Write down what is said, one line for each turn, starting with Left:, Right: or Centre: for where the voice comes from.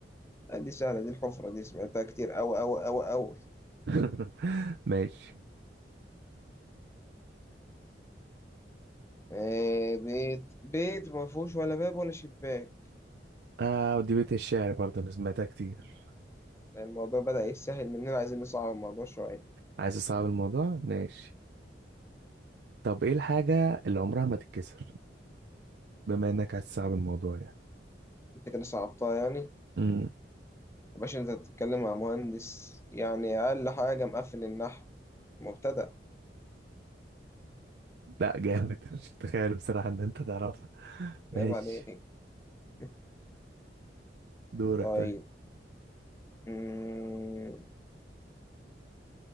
Left: آه، دي سهلة دي الحفرة دي سمعتها كتير أوي أوي أوي أوي
Right: <laughs> ماشي
Left: آه بيت بيت ما فيهوش ولا باب ولا شباك
Right: اه ودي بيت الشعر برضه انا سمعتها كتير
Left: يعني الموضوع بدأ يسهل مننا عايزين نصعب الموضوع شوية
Right: عايز اصعب الموضوع ماشي طب ايه الحاجة اللي عمرها ما تتكسر بما انك عايز تصعب الموضوع يعني
Left: أنت كده صعبتها يعني يا
Right: امم
Left: باشا أنت بتتكلم مع مهندس يعني أقل حاجة مقفل النحو مبتدأ
Right: لا جامد مش متخيل بصراحة ان انت تعرفها ماشي
Left: عيب عليك <laughs>
Right: دورك
Left: طيب
Right: طيب
Left: مم.